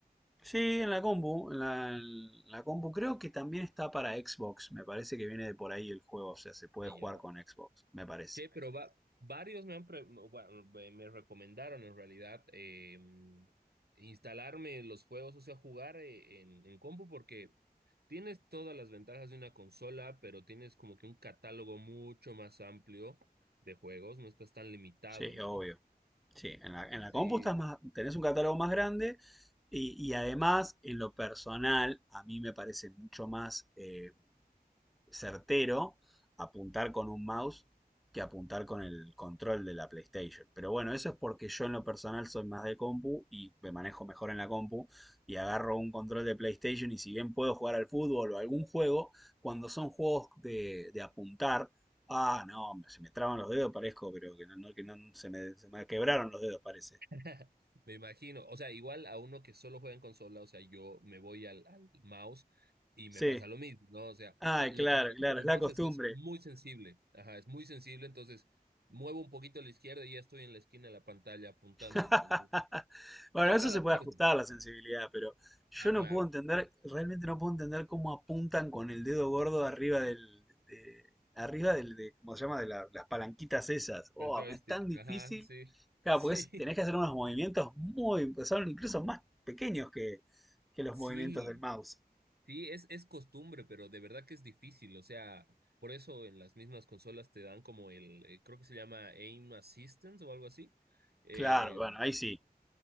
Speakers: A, in the centre; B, on the right (about 80°).
A: Sí, en la compu, en la, en la compu creo que también está para Xbox, me parece que viene de por ahí el juego, o sea, se puede
B: Allá.
A: jugar con Xbox, me parece.
B: Che, pero va, varios me han pre- bueno, me me recomendaron en realidad eh, instalarme los juegos, o sea, jugar eh, en, en compu porque tienes todas las ventajas de una consola, pero tienes como que un catálogo mucho más amplio de juegos, no estás tan limitado,
A: Sí,
B: ¿no?
A: obvio. Sí, en la, en la
B: Sí,
A: compu estás más, tenés un catálogo más grande y, y además, en lo personal, a mí me parece mucho más eh, certero apuntar con un mouse que apuntar con el control de la PlayStation. Pero bueno, eso es porque yo en lo personal soy más de compu y me manejo mejor en la compu y agarro un control de PlayStation y si bien puedo jugar al fútbol o algún juego, cuando son juegos de, de apuntar, ah, no, se me traban los dedos, parezco, pero que no, no- que no se me, se me quebraron los dedos, parece.
B: <laughs> Me imagino, o sea, igual a uno que solo juega en consola, o sea, yo me voy al, al mouse y
A: Sí.
B: me pasa lo mismo, ¿no? O sea,
A: Ay,
B: a- lo
A: claro,
B: que me pasa
A: claro,
B: con el
A: es la
B: mouse
A: costumbre.
B: es que es muy sensible, ajá, es muy sensible, entonces muevo un poquito a la izquierda y ya estoy en la esquina de la pantalla apuntando,
A: <laughs>
B: entonces
A: Bueno,
B: toca
A: eso
B: adaptarse.
A: se puede ajustar a la sensibilidad, pero yo
B: Ah,
A: no
B: claro,
A: puedo entender, realmente no puedo entender cómo apuntan con el dedo gordo arriba del, de- arriba del, de, ¿cómo se llama? De la- las palanquitas esas. Oh,
B: el joystick,
A: es tan difícil.
B: ajá, sí,
A: Claro,
B: sí,
A: pues tenés que hacer unos movimientos muy, son incluso más pequeños que,
B: <laughs>
A: que los
B: sí,
A: movimientos del mouse.
B: Sí, es, es costumbre, pero de verdad que es difícil. O sea, por eso en las mismas consolas te dan como el, eh, creo que se llama Aim Assistance o algo así. Eh,
A: Claro, bueno, ahí sí.